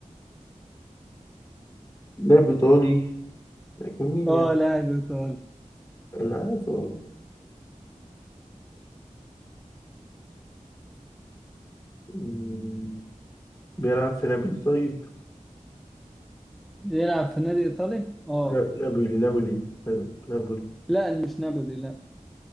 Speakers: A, on the left (about 25°); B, in the centre.
A: لاعب إيطالي يكون مين
B: اه
A: يعني؟
B: لاعب ايطالي
A: أنا عارف هو. ماشي بيلعب في نابولي طيب
B: بيلعب في نادي ايطالي اه
A: نا- نابولي نابولي نابولي نابولي.
B: لا مش نابولي لا